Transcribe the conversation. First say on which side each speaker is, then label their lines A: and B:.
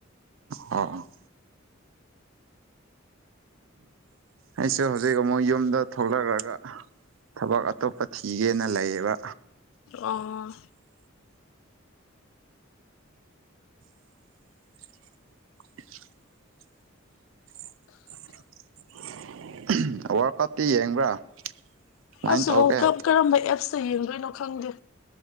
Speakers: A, on the right (about 75°); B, on the left (about 80°).
A: ꯑꯣ ꯑꯣ ꯑꯩꯁꯨ ꯍꯧꯖꯤꯛ ꯑꯃꯨꯛ ꯌꯨꯝꯗ ꯊꯣꯛꯂꯛꯔꯒ ꯊꯕꯛ ꯑꯇꯣꯞꯄ ꯊꯤꯒꯦꯅ ꯂꯩꯌꯦꯕ
B: ꯑꯣ
A: <inaudible> <unintelligible> ꯋꯥꯔꯀꯞꯇꯤ ꯌꯦꯡꯕ꯭ꯔꯥ ꯀꯃꯥꯏꯅ
B: ꯑꯁ
A: ꯇꯧꯒꯦ
B: ꯋꯥꯔꯜ ꯀꯞ ꯀꯔꯝꯕ ꯑꯦꯞꯁꯇ ꯌꯦꯡꯗꯣꯏꯅꯣ ꯈꯪꯗꯦ